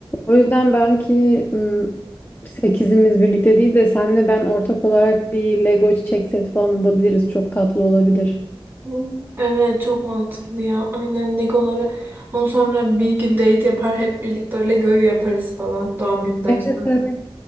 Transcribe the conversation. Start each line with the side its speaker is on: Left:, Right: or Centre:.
Left: O yüzden belki ım, sekizimiz birlikte değil de senle ben ortak olarak bir Lego çiçek seti falan alabiliriz. Çok tatlı olabilir.
Right: Hmm, Evet çok mantıklı ya. Aynen Legoları. Ondan sonra bir gün date yapar hep birlikte Lego'yu yaparız falan doğum günden
Left: Evet,
Right: sonra.
Left: evet.